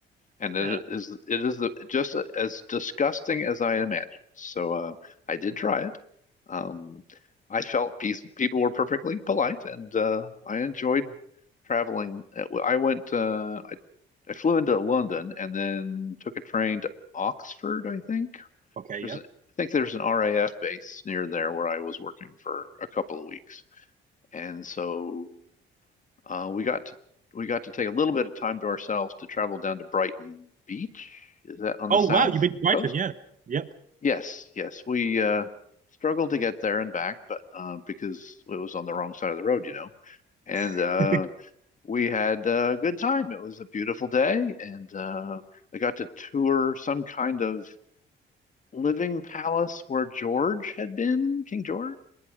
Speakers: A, on the left; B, on the right.
A: and
B: Yeah.
A: it is it is the, just as disgusting as I imagined. So uh, I did try it. Um, I felt peace, people were perfectly polite, and uh, I enjoyed traveling. Uh, I went, uh, I, I flew into London and then took a train to Oxford, I think.
B: Okay.
A: There's
B: Yep.
A: a, I think there's an RAF base near there where I was working for a couple of weeks, and so. Uh, we got to we got to take a little bit of time to ourselves to travel down to Brighton Beach. Is that on the
B: Oh
A: south
B: wow, you've been to Brighton.
A: coast?
B: Yeah. Yep.
A: Yes, yes. We uh, struggled to get there and back, but uh, because it was on the wrong side of the road, you know. And
B: <laughs>
A: uh,
B: Okay.
A: we had a good time. It was a beautiful day, and uh, I got to tour some kind of living palace where George had been, King George,